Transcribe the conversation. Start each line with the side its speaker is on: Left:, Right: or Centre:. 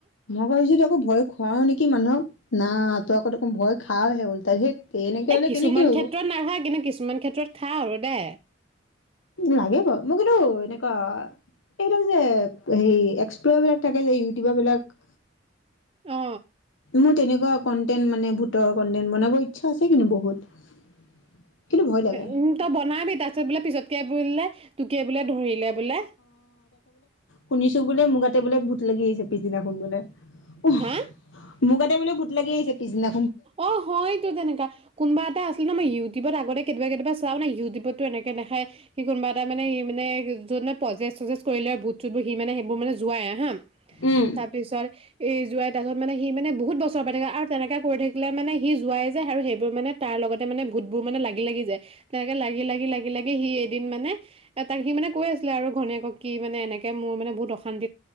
Left: মই আকৌ ভাবিছোঁ তই আকৌ ভয় খুৱাও নেক কি মানুহক না ত' আকৌ দেখোন ভয় খাওঁহে উল্টাই ধেত এনেকে
Right: এ
Left: হ'লে
Right: কিছুমান
Left: কেনেকে হ'ব
Right: ক্ষেত্ৰত নাখাওঁ কিন্তু কিছুমান ক্ষেত্ৰত খাওঁ আৰু দে
Left: লাগে বাউ মোৰ কিন্তু এনেকুৱা, এইবিলাক যে, হেয়ি এক্সপ বিলাক থাকে যে, ইউ দিব বিলাক,
Right: অ
Left: মোৰ তেনেকুৱা কন্টেন মানে ভূটৰ কনন্টেন বনাব ইচ্ছা আছে কিন্তু বহুত কিন্তু ভয় লাগে
Right: উম, তই বনাবি তা বোলে পিছতকে বোলে তোকে, বোলে ধৰিলে বোলে।
Left: শুনিচ বোলে মুগাটে বোলে ভূট লাগি আহিছে পিছদিনাখন বোলে <unintelligible>
Right: হা
Left: মোৰ গাতে বোলে ভূত লাগি আহিছিলে পিছদিনা
Right: অ', হয়টো তেনেকা কোনোবা এটা আছিলে ন' মই ইউটিউবত আগতে কেতিয়াবা কেতিয়াবা চাওঁ ন' ইউটিবটো এনেক দেখাই সি কোনোবা এটা মানে মানে যোনে প্ৰজেচ চজেচ কৰিলে আৰু মূট চুট বোৰ সি মানে সেইবোৰ মানে যোৱাই হা
Left: উম
Right: তাৰপিছত, এই যোৱা তাৰ পিছত মানে সি মানে বহুত বছৰ পাই থাকে আৰু তেনেকে কৰি থাক কিলে মানে সি জোঁৱাই যে আৰু সেইবোৰ মানে তাৰ লগতে মানে ভূত বোৰ মানে লাগিলাগি যায়, তেনেকে লাগি, লাগি, লাগি, লাগি সি এদিন মানে, তাক সি মানে কৈ আছিলে আৰু ঘৈনীয়েকক কি মানে এনেকে মোৰ মানে বহুত অশান্ত